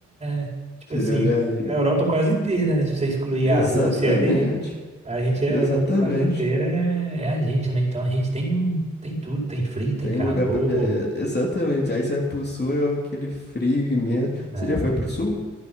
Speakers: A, on the right; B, on the left.
A: é, Tipo
B: Você
A: assim,
B: olhar aí.
A: a Europa quase inteira, né? Se você excluir
B: Exatamente.
A: a Rússia ali, a gente é
B: Exatamente.
A: a Europa quase inteira, é, é a gente, né? Então a gente tem, tem tudo, tem frio, tem
B: Tem
A: calor,
B: lugar pra viajar. Exatamente. Aí você vai pro sul, é aquele frio imenso.
A: né?
B: Você já foi pro sul?